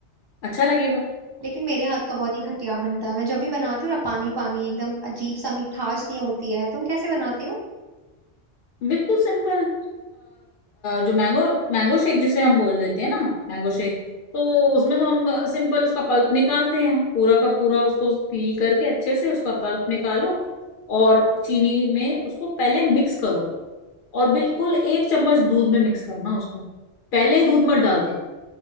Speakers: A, on the left; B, on the right.
A: अच्छा लगेगा
B: लेकिन मेरे हाथ का बहुत ही घटिया बनता है मैं जब भी बनाती हूँ ना पानी पानी एकदम अजीब सा मिठास नहीं होती है तुम कैसे बनाती हो
A: बिल्कुल सिंपल जो मैंगो मैंगो शेक जिसे हम बोल देते हैं ना मैंगो शेक तो उसमें तो हम सिंपल उसका पल्प निकालते हैं पूरा का पूरा उसको पील करके अच्छे से उसका पल्प निकालो और चीनी में उसको पहले मिक्स करो और बिल्कुल एक चम्मच दूध में मिक्स करना उसको पहले ही दूध मत डाल देना